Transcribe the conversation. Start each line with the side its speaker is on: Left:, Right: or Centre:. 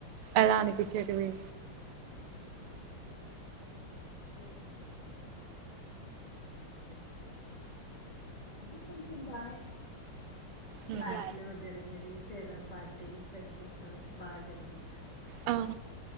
Right: ఎలా అనిపించేటివి
Left: బర్డి <unintelligible> మళ్లీ అదే కొడతారు అయినా కొంచెం బానే
Right: ఉమ్.
Left: క్లాస్ లో జరిగేది ఫెద పార్టీ ఫ్రెష్ బాగా జరిగినాయి హా
Right: ఆ